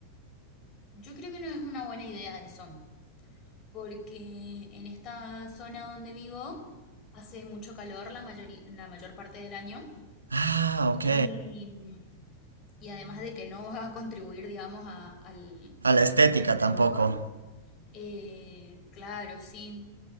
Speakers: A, on the left; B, on the right.
A: Yo creo que no es una buena idea eso, porque en esta zona donde vivo hace mucho calor la mayori- la mayor parte del año
B: Ah,
A: y,
B: ok.
A: y además de que no va a contribuir, digamos, a- al,
B: A la estética
A: al calor,
B: tampoco.
A: Eh, claro, sí.